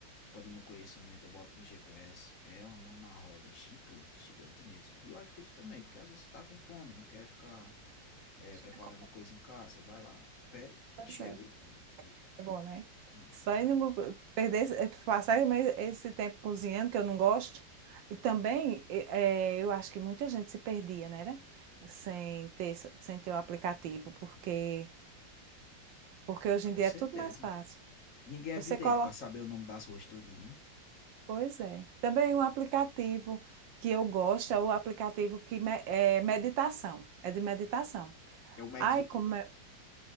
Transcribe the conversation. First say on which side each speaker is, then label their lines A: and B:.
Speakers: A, on the left; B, on the right.
A: Quando eu não conheço muito, eu boto no GPS. É uma mão na roda, gigante, gigante mesmo. E o iFood também, porque às vezes você tá com fome, não quer ficar é,
B: Imagina
A: preparando
B: como-
A: coisa em casa. Vai lá, pede
B: Pois
A: e chega
B: é,
A: o, o- o-
B: é bom, né?
A: comida.
B: Só indo
A: É.
B: no- perder, esse- eh, passar mais esse tempo cozinhando, que eu não gosto. E também, eh, eh, eu acho que muita gente se perdia, né? né? Sem ter, esse- sem ter o aplicativo, porque, porque hoje
A: Ah,
B: em
A: com
B: dia
A: certeza.
B: é tudo mais fácil.
A: Ninguém é
B: Você
A: vidente
B: coloca.
A: pra saber o nome das ruas tudinho, né?
B: Pois é. Também um aplicativo que eu gosto é o aplicativo que me- é meditação. É de meditação.
A: Eu medito
B: Ai, como é.